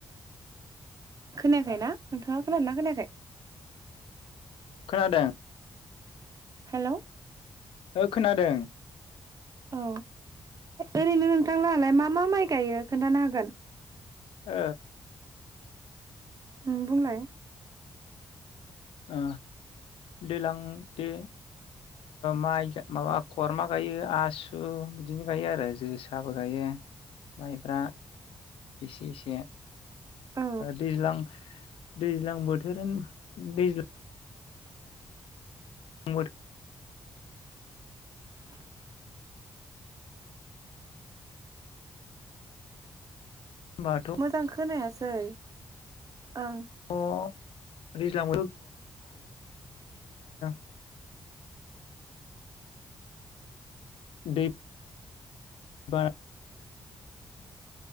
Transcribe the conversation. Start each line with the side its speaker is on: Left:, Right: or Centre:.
Right: खोनायाखै ना नोंथाङा खोनादों ना खोनायाखै?
Left: खोनादों
Right: हेलौ
Left: ओ खोनादों
Right: औ ओरैनो नोंथांलाहालाय मा मा माइ गायो खोन्थानो हागोन?
Left: ओ
Right: ओं बुंलाय
Left: ओ दैज्लां दै माइ ओ माबा खरमा गायो आसु बिदिनो गायो आरो जोसाबो गायो माइब्रा एसे एसे
Right: औ
Left: दैज्लां दैज्लां बोथ बोधोरोम दैज्लां <unintelligible>
Right: <inaudible>
Left: होनबाथ'
Right: मोजां खोनायासै ओं
Left: अ दैज्लां <unintelligible> <unintelligible> <inaudible> दैेप बारा